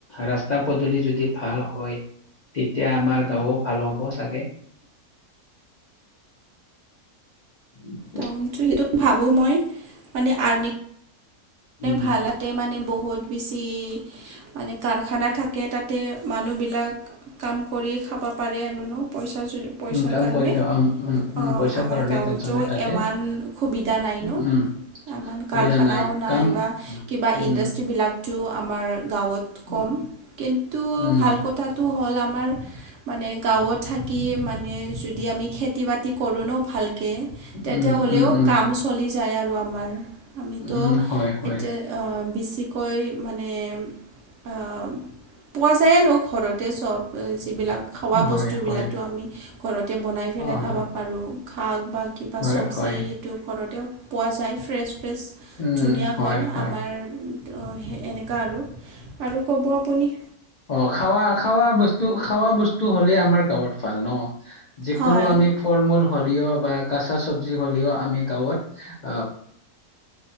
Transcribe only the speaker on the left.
ৰাস্তা পদূলি যদি ভাল হয়- তেতিয়া আমাৰ গাওঁ ভাল হ'ব চাগে। <inaudible>
উম
উম, কাম
কৰি খা উম, উম, উম,
পইচাৰ
কাৰণে
টেনচন নাই তাতে
উম,
উম,
বুজা
কাম
উম,
উম,
উম,
উম, উম, উম,
উম, হয়, হয়,
হয়,
হয়,
অ',
হয়,
হয়,
উম,
হয়, হয়,
অঁ' খাৱা খাৱা বস্তু খাৱা বস্তু হ'লেই আমাৰ গাঁৱত ভাল ন। যিকোনো
আমি ফল মূল হলেও বা কাচা চব্জি হ'লেও আমি গাঁৱত-